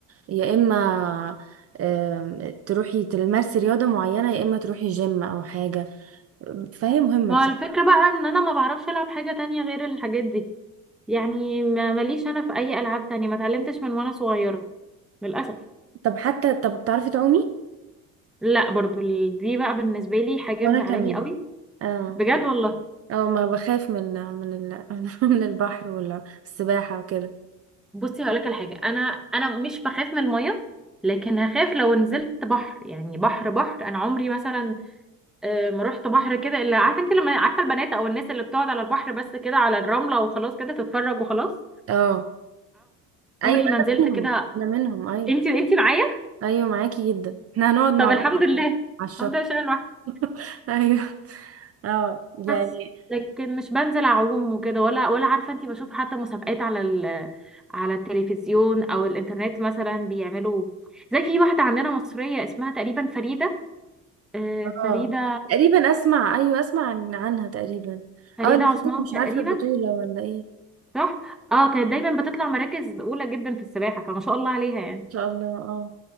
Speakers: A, on the right; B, in the centre.
A: يا اما آم، تروحي تمارسي رياضه معينه يا اما تروحي جيم او حاجه فهي مهمه
B: ما
A: بصراحه
B: هو الفكرة بقى ان انا ما بعرفش العب حاجة تانية غير الحاجات دي يعني ما- ماليش انا في اي العاب تانية ما اتعلمتش من وانا صغيرة للأسف
A: طب حتى طب بتعرفي تعومي
B: لا برضو ال- دي بقى بالنسبة لي حاجة
A: وانا
B: مزعلاني
A: كمان
B: قوي
A: اه
B: بجد والله
A: اه ما بخاف من من ال... <laughs> من البحر ولا السباحة وكده
B: بصي هقولك على حاجه انا انا مش بخاف من الميه لكن هخاف لو نزلت بحر يعني بحر بحر انا عمري مثلا آه، ما رحت بحر كده الا عارفه انت لما عارفه البنات او الناس اللي بتقعد على البحر بس كده على الرمله وخلاص كده تتفرج وخلاص
A: اه ايوه
B: عمري
A: انا
B: ما نزلت
A: منهم
B: كده
A: انا منهم ايوه
B: انت انت معايا
A: ايوه معاكي جدا احنا هنقعد مع
B: طب الحمد
A: بعض
B: لله
A: بصراحة
B: <laughs>
A: على الشط
B: الحمد لله عشان أنا لوحدي
A: <laughs> ايوه اه يعني
B: بس لكن مش بنزل اعوم وكده ولا ولا عارفه انت بشوف حتى مسابقات على ال على التلفزيون او الانترنت مثلا بيعملوا زي في واحده عندنا مصريه اسمها تقريبا فريده آه، فريدة
A: اه تقريبا اسمع ايوه اسمع عن... عنها تقريبا
B: فريدة
A: اه اللي
B: عثمان
A: خدت مش عارفة
B: تقريبا
A: بطولة ولا ايه ان
B: صح اه كانت دايما بتطلع مراكز اولى جدا في السباحة فما شاء الله عليها يعني
A: شاء الله اه